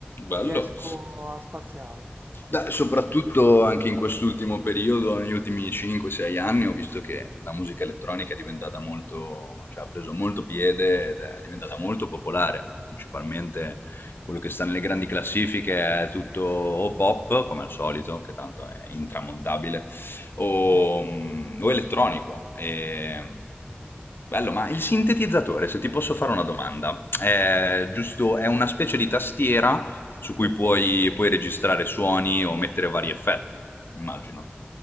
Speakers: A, on the left; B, on the right.
A: Bello.
B: riesco a spaziare.
A: Beh, soprattutto anche in quest'ultimo periodo, negli ultimi 5-6 anni, ho visto che la musica elettronica è diventata molto, cioè ha preso molto piede ed è diventata molto popolare. Principalmente quello che sta nelle grandi classifiche è tutto o pop, come al solito, che tanto è intramontabile, o,
B: Sì,
A: mm, o elettronico. E... Bello, ma il sintetizzatore, se ti posso fare una domanda, è
B: sì,
A: giusto, è una specie di tastiera su cui
B: sì.
A: puoi, puoi registrare suoni o mettere vari effetti, immagino.